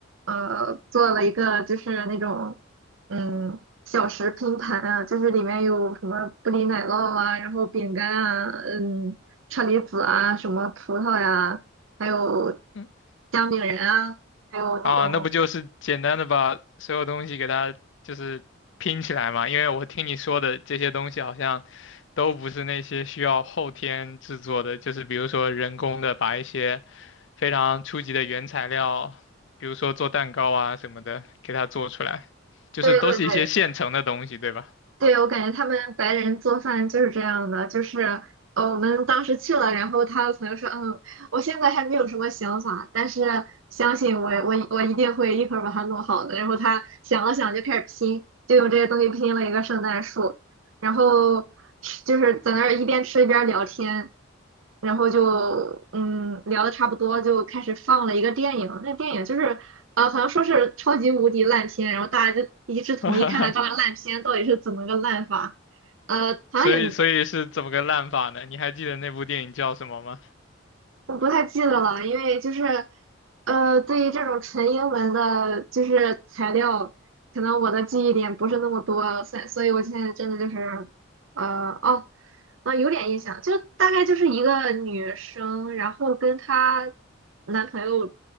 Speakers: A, on the right; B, on the left.
A: 呃，做了一个就是那种，嗯，小食拼盘啊，就是里面有什么布里奶酪啊，然后饼干啊，嗯，车厘子啊，什么葡萄呀，还有
B: <clears throat>
A: 姜饼人啊，还有那种，
B: 啊，那不就是简单的把所有东西给它就是拼起来嘛？因为我听你说的这些东西好像都不是那些需要后天制作的，就是比如说人工的把一些非常初级的原材料，比如说做蛋糕啊什么的，给它做出来，就是都是一些现成的东西，
A: 对对对，
B: 对吧？
A: 对，我感觉他们白人做饭就是这样的，就是呃，我们当时去了，然后他的朋友说，嗯，我现在还没有什么想法，但是相信我，我我一定会一会儿把它弄好的。然后他想了想，就开始拼，就用这些东西拼了一个圣诞树，然后吃就是在那儿一边吃一边聊天。然后就嗯聊的差不多，就开始放了一个电影。那电影就是呃，好像说是超级无敌烂片，然后大家就一致同意看看这个烂片到底是怎么个烂法。
B: <laughs>
A: 呃，好像也
B: 所以所以是怎么个烂法呢？你还记得那部电影叫什么吗？
A: 不太记得了，因为就是呃，对于这种纯英文的，就是材料，可能我的记忆点不是那么多，所以所以我现在真的就是呃哦。啊，有点印象，就大概就是一个女生，然后跟她男朋友